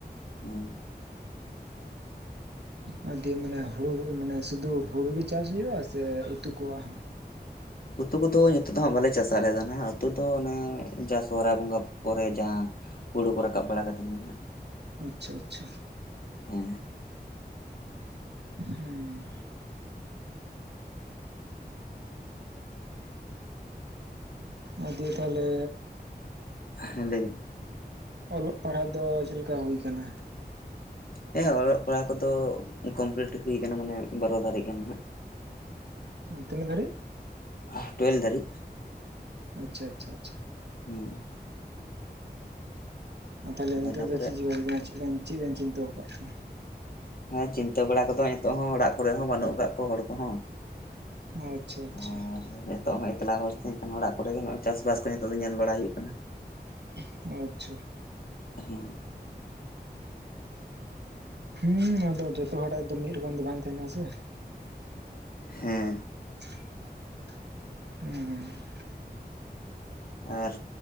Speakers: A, on the left; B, on the right.
A: ᱦᱩᱸ᱾ <inaudible>
B: ᱟᱨ ᱫᱤᱭᱮ ᱢᱮᱱᱟ ᱦᱩᱲᱩ ᱢᱮᱱᱟ ᱥᱩᱫᱩ ᱦᱩᱲᱩ ᱜᱮ ᱪᱟᱥ ᱦᱩᱭᱩᱜᱼᱟ ᱥᱮ ᱩᱛᱩ ᱠᱚᱣᱟᱜ ᱦᱚᱸ?
A: ᱩᱛᱩ ᱠᱚᱫᱚ ᱱᱤᱛᱳ ᱫᱚ ᱦᱟᱸᱜ ᱵᱟᱞᱮ ᱪᱟᱥᱼᱟ ᱟᱞᱮ ᱫᱚ ᱱᱟᱟᱜ ᱩᱛᱩ ᱫᱚ ᱚᱱᱮ ᱡᱟ ᱥᱚᱦᱨᱟᱭ ᱵᱚᱸᱜᱟ᱾ ᱠᱚᱨᱮ ᱡᱟᱦᱟᱸ ᱦᱩᱲᱩ ᱠᱚ ᱨᱟᱠᱟᱵ ᱵᱟᱲᱟ ᱠᱟᱛᱮᱫ ᱜᱮ ᱱᱟᱜ
B: ᱟᱪᱪᱷᱟ ᱟᱪᱪᱷᱟ᱾
A: ᱦᱮᱸ᱾
B: ᱦᱩᱸ᱾ ᱟ ᱫᱤᱭᱮ ᱛᱟᱦᱚᱞᱮ
A: ᱦᱮᱸ ᱞᱟᱹᱭ ᱵᱤᱱ᱾
B: ᱚᱞᱚᱜ ᱯᱟᱲᱦᱟᱜ ᱫᱚ ᱪᱮᱫ ᱞᱮᱠᱟ ᱦᱩᱭ ᱟᱠᱟᱱᱟ?
A: ᱦᱮᱸ ᱚᱞᱚᱜ ᱯᱟᱲᱦᱟᱜ ᱠᱚᱫᱚ ᱠᱚᱢᱯᱞᱤᱴ ᱦᱩᱭᱩ ᱟᱠᱟᱱᱟ ᱢᱟᱱᱮ ᱵᱟᱨᱚ ᱫᱷᱟᱹᱨᱤᱡ ᱜᱟᱱ ᱦᱜ᱾
B: ᱛᱤᱱᱟᱹᱜ ᱫᱷᱟᱹᱨᱤᱡ?
A: ᱟ ᱴᱩᱭᱮᱞᱵᱷ ᱫᱷᱟᱹᱨᱤᱡ᱾
B: ᱟᱪᱪᱷᱟ ᱟᱪᱪᱷᱟ ᱟᱪᱪᱷᱟ᱾
A: ᱦᱩᱸ᱾
B: ᱟᱫᱚ ᱛᱟᱦᱚᱞᱮ ᱱᱤᱛᱚᱜ
A: ᱤᱱᱟᱹ
B: ᱫᱚ
A: ᱯᱚᱨᱮ
B: ᱪᱮᱫ ᱪᱤᱠᱟᱹ ᱪᱮᱫᱵᱮᱱ ᱪᱤᱱᱛᱟᱹᱣ ᱠᱟᱜ ᱛᱟᱦᱮᱱᱟ?
A: ᱦᱮᱸ ᱪᱤᱱᱛᱟᱹ ᱵᱟᱲᱟ ᱠᱚᱫᱚ ᱱᱤᱛᱚᱜ ᱦᱚᱸ ᱚᱲᱟᱜ ᱠᱚᱨᱮ ᱦᱚᱸ ᱵᱟᱹᱱᱩᱜ ᱟᱠᱟᱫ ᱠᱚᱣᱟ ᱦᱚᱲ ᱠᱚᱦᱚᱸ᱾
B: ᱟᱪᱪᱷᱟ ᱟᱪᱪᱷᱟ
A: ᱟᱨ ᱱᱤᱛᱚᱜ ᱦᱚᱸ ᱮᱠᱞᱟ ᱦᱚᱲ ᱮᱱᱠᱷᱟᱱ ᱚᱲᱟᱜ ᱠᱚᱨᱮ ᱜᱮ ᱱᱚᱭ ᱪᱟᱥᱵᱟᱥ ᱠᱚ ᱱᱤᱛᱚᱜ ᱫᱚ ᱧᱮᱞ ᱵᱟᱲᱟᱭ ᱦᱩᱭᱩᱜ ᱠᱟᱱᱟ᱾
B: <unintelligible> ᱟᱪᱪᱷᱟ᱾
A: ᱦᱮᱸ᱾
B: ᱦᱩᱸ ᱟᱫᱚ ᱡᱷᱚᱛᱚ ᱦᱚᱲᱟᱜ ᱫᱚ ᱢᱤᱫ ᱨᱚᱠᱚᱢ ᱫᱚ ᱵᱟᱝ ᱛᱟᱦᱮᱱᱟ ᱥᱮ᱾
A: ᱦᱮᱸ᱾
B: <unintelligible>
A: ᱟᱨ